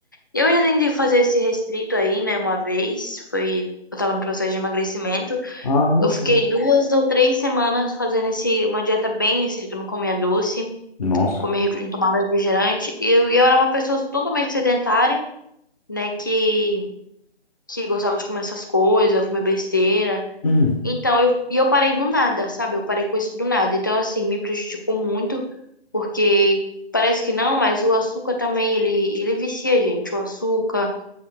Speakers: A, on the left; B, on the left.
A: Eu já tentei fazer esse restrito aí, né, uma vez, foi, eu tava no processo de emagrecimento.
B: Ah,
A: Eu
B: sim.
A: fiquei duas ou três semanas fazendo esse, uma dieta bem restrita, eu não comia doce,
B: Nossa.
A: não comia, refri- não tomava refrigerante. E eu, e eu era uma pessoa totalmente sedentária, né, que, que gostava de comer essas coisas, comer besteira.
B: Hum.
A: Então, eu, e eu parei do nada, sabe? Eu parei com isso do nada. Então, assim, me prejudicou muito, porque parece que não, mas o açúcar também, ele, ele vicia a gente, o açúcar